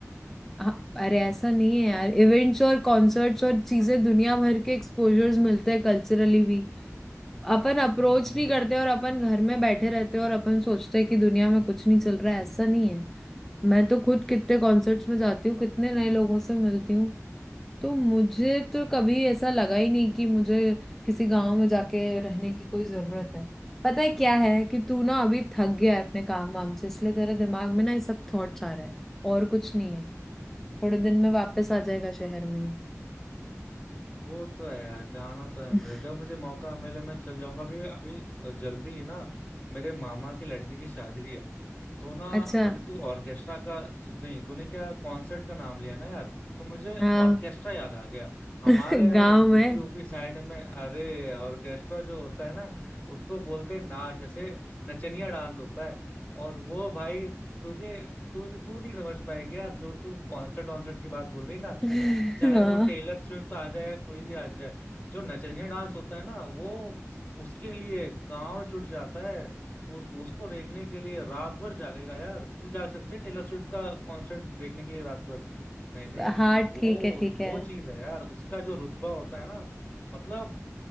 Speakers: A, in the centre; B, on the left.
A: हाँ, अरे ऐसा नहीं है यार इवेंट्स और कॉन्सर्ट्स और चीजें दुनिया भर के एक्सपोजर्स मिलते हैं कल्चरली भी अपन अप्रोच
B: हम्म
A: नहीं करते और अपन घर में बैठे रहते हैं और अपन सोचते हैं कि दुनिया में कुछ नहीं चल रहा है ऐसा नहीं है मैं तो खुद कितने कॉन्सर्ट्स में जाती हूँ कितने नए लोगों से मिलती हूँ तो मुझे तो कभी ऐसा लगा ही नहीं कि मुझे किसी गांव में जाके रहने की कोई जरूरत है पता है क्या है कि तू ना अभी थक गया है अपने काम वाम से इसलिए तेरे दिमाग में ना ये सब थॉट्स आ रहे हैं और कुछ नहीं है
B: हम्म,
A: थोड़े दिन में वापस आ जाएगा शहर में ही
B: वो तो है यार जाना तो है
A: <laughs>
B: मुझे जब मुझे मौका मिले मैं चल जाऊंगा अभी अभी जल्दी ही ना मेरे मामा की लड़की की शादी है तो ना
A: अच्छा
B: अभी तू ऑर्केस्ट्रा का ज- नहीं तूने क्या कॉन्सर्ट का नाम लिया ना यार तो मुझे
A: हाँ
B: ऑर्केस्ट्रा याद आ गया हमारे
A: <laughs>
B: यार
A: गांव
B: यूपी
A: में
B: यूपी साइड में अरे ऑर्केस्ट्रा जो होता है ना उसको बोलते हैं नाच ऐसे नचनिया डांस होता है और वो भाई तुझे तुझे तू नहीं समझ पाएगी यार जो तू कॉन्सर्ट वॉन्सर्ट की बात बोल रही ना
A: <laughs>
B: चाहे
A: हाँ
B: वो टेलर स्विफ्ट आ जाए या कोई भी आ जाए जो नचनिया डांस होता है ना वो उसके लिए गांव जुट जाता है उस उसको देखने के लिए रात भर जागेगा यार तू जाग सकते है टेलर स्विफ्ट का कॉन्सर्ट देखने के लिए रात भर नहीं नहीं
A: हाँ
B: वो
A: ठीक है ठीक
B: वो
A: है
B: चीज है यार उसका जो रुतबा होता है ना मतलब